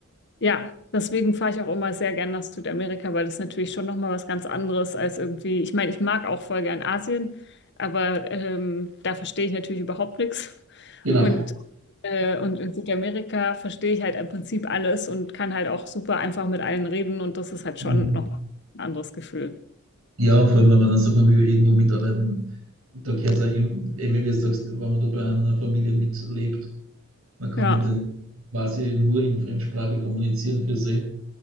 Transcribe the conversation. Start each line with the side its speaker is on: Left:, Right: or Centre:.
Left: ja deswegen fahre ich auch immer sehr gern nach Südamerika, weil das natürlich schon nochmal was ganz anderes als irgendwie, ich meine, ich mag auch voll gern Asien, aber ähm, da verstehe ich natürlich überhaupt nichts.
Right: Genau.
Left: Und, äh, und in Südamerika verstehe ich halt im Prinzip alles und kann halt auch super einfach mit allen reden und das ist halt
Right: Mhm.
Left: schon nochmal ein anderes Gefühl.
Right: Ja, vor allem, wenn man dann sagt, man will irgendwo mitarbeiten, da gehört es eben, eben, wie du sagst, wenn man da bei einer Familie mitlebt Man kann
Left: Ja,
Right: mit denen quasi nur in Fremdsprache kommunizieren für sie.